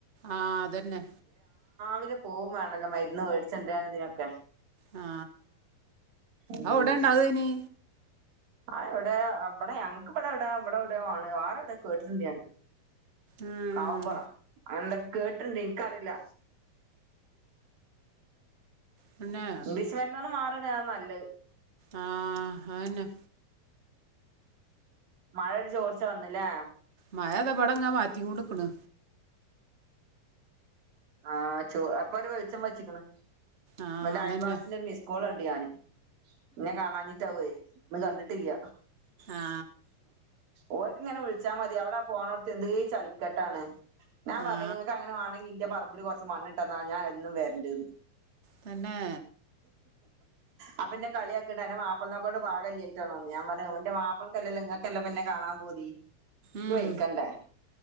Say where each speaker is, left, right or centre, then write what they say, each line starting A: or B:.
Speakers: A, on the right; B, on the right.
A: ആ അതന്നെ.
B: പിന്നെ പോകും വേണല്ലോ മരുന്ന് മേടിച്ചോണ്ട് വരാനും ഇതിനൊക്കെ.
A: ആ
B: ഉം
A: ആ എവിടെ ഇണ്ടാക്കുയിന്.
B: ആ എവിടെ ഇവിടെ ഞക്ക് ഇവിടെ എവിടെയോ ഇവിടെ എവിടെയോ ആണ് ആറെ എവിടെയോ കേട്ടിട്ടുണ്ട് ഞാന്.
A: ഉം
B: കാവുപ്പുറം അങ്ങനെ ന്തോ. കേട്ടിട്ടുണ്ട് എനിക്ക് അ‌റില്ല.
A: പിന്നെ
B: ഇംഗ്ലീഷ് മരുന്നു കൊണ്ട് മാറു ആണേ അതാനല്ലത്.
A: ആ അതന്നെ.
B: മഴ ഒരു ചോർച്ച വന്നില്ലേ.
A: മഴഇതാ ഇവടങ്ങനെ പാറ്റി കൊണ്ടുനിക്കാണ്.
B: ആ ചോ അപ്പൊ ഒരു വെളിച്ചം വെച്ചിക്കണ്,
A: ആ
B: എന്റെ
A: അതന്നെ
B: അയൽവാസിന്റെ ഒരു മിസ്കോൾ കണ്ട് ഞാന്. ഇന്നെ കാണാഞ്ഞിട്ടാവുവേ ഇന്ന് കണ്ടിട്ടില്ല.
A: ആ
B: ഓർക്ക്‌ ഇങ്ങനെ വിളിച്ചാ മതി എവിടാ പോന്നോടത് ന്തെലും ചളി കെട്ടാണ് ഞാൻ പറഞ്ഞ്
A: ആ
B: നിങ്ങക്ക് ന്റെ പറമ്പി കുറച്ച് മണ്ണിട്ടന്നാ ഞാൻ എന്നും വരണ്ടിന്ന്.
A: തന്നെ.
B: ആ പിന്നെ കളിയാക്കിണ്ട് ന്റെ മാപ്പ പ്പക്കോട് പാകയിലായിട്ടാന്ന് ഞാൻ പറഞ്ഞു ന്റെ മാപ്പളയ്ക്കാല്ലല്ലോ നിങ്ങക്ക് എന്നെ കാണാൻ പുതി. നിക്ക്
A: ഉം
B: വയ്ക്കണ്ടേ